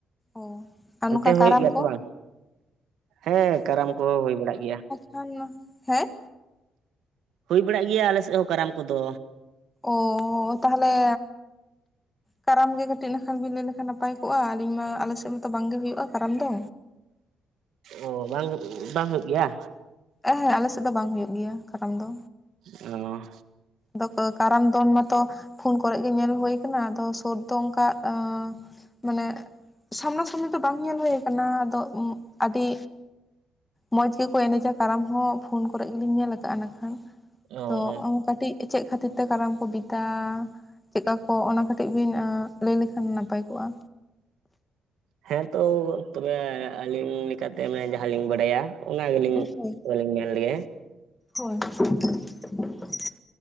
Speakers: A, on the left; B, on the right.
A: ᱚ ᱟᱨ ᱱᱚᱝᱠᱟ
B: ᱚᱱᱛᱮ ᱦᱳᱭᱳᱜ
A: ᱠᱟᱨᱟᱢ
B: ᱜᱮᱭᱟ
A: ᱠᱚ
B: ᱛᱚ ᱵᱟᱝ, ᱦᱮᱸ ᱠᱟᱨᱟᱢ ᱠᱚᱦᱚᱸ ᱦᱳᱭ ᱵᱟᱲᱟᱜ ᱜᱮᱭᱟ᱾
A: ᱦᱮᱱᱱᱚ ᱦᱮᱸ?
B: ᱦᱳᱭ ᱵᱟᱲᱟᱜ ᱜᱮᱭᱟ ᱟᱞᱮ ᱥᱮᱜ ᱦᱚᱸ ᱠᱟᱨᱟᱢ ᱠᱚᱫᱚ᱾
A: ᱚᱻ ᱛᱟᱦᱚᱞᱮ ᱠᱟᱨᱟᱢ ᱜᱮ ᱠᱟᱹᱴᱤᱡ ᱱᱟᱠᱷᱟᱱ ᱵᱤᱱ ᱞᱟᱹᱭ ᱞᱮᱠᱷᱟᱱ ᱱᱟᱯᱟᱭ ᱠᱚᱜ-ᱟ ᱟᱹᱞᱤᱧ ᱢᱟ ᱟᱞᱮ ᱥᱮᱫ ᱢᱟᱛᱚ ᱵᱟᱝᱜᱮ ᱦᱩᱭᱩᱜ-ᱟ ᱠᱟᱨᱟᱢ ᱫᱚ᱾
B: ᱚ ᱵᱟᱝ ᱵᱟᱝ ᱦᱩᱭᱩᱜ ᱜᱮᱭᱟ?
A: ᱮᱦᱮᱸᱜ ᱟᱞᱮᱥᱮᱫ ᱫᱚ ᱵᱟᱝ ᱦᱩᱭᱩᱜ ᱜᱮᱭᱟ ᱠᱟᱨᱟᱢ ᱫᱚ᱾
B: ᱚ
A: ᱫᱚ ᱠᱚ ᱠᱟᱨᱟᱢ ᱫᱚᱱ ᱢᱟᱛᱚ ᱯᱷᱳᱱ ᱠᱚᱨᱮᱜ ᱜᱮ ᱧᱮᱞ ᱦᱩᱭ ᱠᱟᱱᱟ ᱟᱫᱚ ᱥᱩᱨ ᱫᱚ ᱚᱱᱠᱟ ᱟᱸ ᱢᱟᱱᱮ ᱥᱟᱢᱱᱟ ᱥᱟᱢᱱᱤ ᱫᱚ ᱵᱟᱝ ᱧᱮᱞ ᱦᱳᱭ ᱟᱠᱟᱱᱟ ᱟᱫᱚ ᱩᱜ ᱟᱹᱰᱤ ᱢᱚᱸᱡᱽ ᱜᱮᱠᱚ ᱮᱱᱮᱡᱟ ᱠᱟᱨᱟᱢ ᱦᱚᱸ ᱯᱷᱳᱱ ᱠᱚᱨᱮ ᱜᱮᱞᱤᱧ ᱧᱮᱞ ᱟᱠᱟᱜ-ᱟ ᱱᱟᱠᱷᱟᱱ᱾
B: ᱚ ᱚ
A: ᱛᱚ ᱚᱝ ᱠᱟᱹᱴᱤᱡ ᱪᱮᱜ ᱠᱷᱟᱹᱛᱤᱨ ᱛᱮ ᱠᱟᱨᱟᱢ ᱠᱚ ᱵᱤᱫᱟᱻ? ᱪᱮᱜᱠᱟ ᱠᱚ ᱚᱱᱟ ᱠᱟᱹᱴᱤᱡ ᱵᱤᱱ ᱟᱸ ᱞᱟᱹᱭ ᱞᱮᱠᱷᱟᱱ ᱱᱟᱯᱟᱭ ᱠᱚᱜ-ᱟ᱾
B: ᱦᱮᱸ ᱛᱚ ᱛᱚᱵᱮ ᱟᱹᱞᱤᱧ ᱞᱮᱠᱟᱛᱮ ᱢᱟᱱᱮ ᱡᱟᱦᱟᱸ ᱞᱤᱧ ᱵᱟᱰᱟᱭᱟ ᱚᱱᱟ ᱜᱮᱞᱤᱧ
A: ᱦᱳᱭ
B: ᱛᱚᱵᱮᱞᱤᱧ ᱢᱮᱱ ᱞᱮᱜ᱾
A: ᱦᱳᱭ <inaudible>